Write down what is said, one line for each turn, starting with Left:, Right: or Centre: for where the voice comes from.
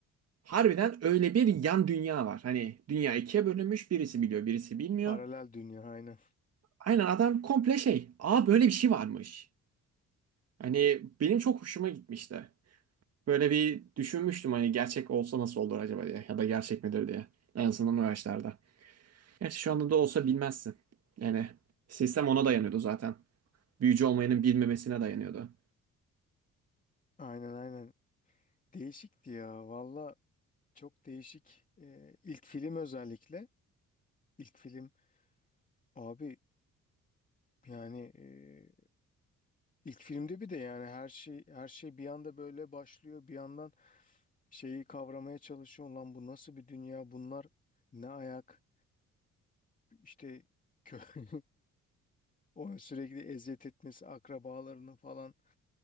Right: Harbiden öyle bir yan dünya var. Hani dünya ikiye bölünmüş birisi biliyor birisi bilmiyor.
Left: Paralel dünya aynen.
Right: Aynen adam komple şey. Aa böyle bir şey varmış. Hani benim çok hoşuma gitmişti. Böyle bir düşünmüştüm hani gerçek olsa nasıl olur acaba diye. Ya da gerçek midir diye. En azından o yaşlarda. Gerçi şu anda da olsa bilmezsin. Yani sistem ona dayanıyordu zaten. Büyücü olmayanın bilmemesine dayanıyordu.
Left: Aynen aynen. Değişikti ya. Valla çok değişik. Ee, ilk film özellikle. İlk film abi yani e, ilk filmde bir de yani her şey her şey bir anda böyle başlıyor. Bir yandan şeyi kavramaya çalışıyor. Lan bu nasıl bir dünya? Bunlar ne ayak? İşte kö <laughs> <laughs> Onu sürekli eziyet etmesi, akrabalarının falan